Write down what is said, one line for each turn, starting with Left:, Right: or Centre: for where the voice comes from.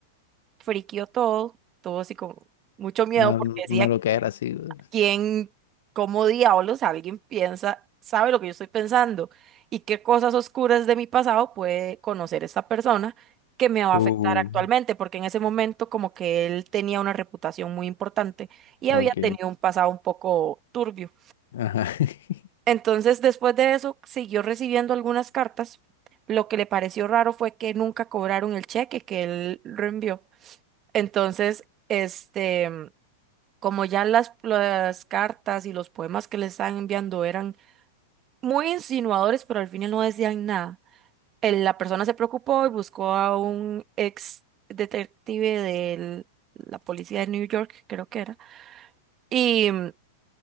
Right: friquió todo, tuvo así como mucho miedo
Left: Una,
Right: porque
Left: una
Right: decía
Left: loquera así. güey.
Right: quién, cómo diablos alguien piensa, sabe lo que yo estoy pensando y qué cosas oscuras de mi pasado puede conocer esta persona que me va
Left: Uh,
Right: a afectar actualmente, porque en ese momento como que él tenía una reputación muy importante y
Left: ok.
Right: había tenido un pasado un poco turbio.
Left: Ajá. <laughs>
Right: Entonces, después de eso, siguió recibiendo algunas cartas. Lo que le pareció raro fue que nunca cobraron el cheque que él reenvió. Entonces, este como ya las, las cartas y los poemas que le estaban enviando eran muy insinuadores, pero al final no decían nada. el- la persona se preocupó y buscó a un ex detective de la policía de New York, creo que era, y mm,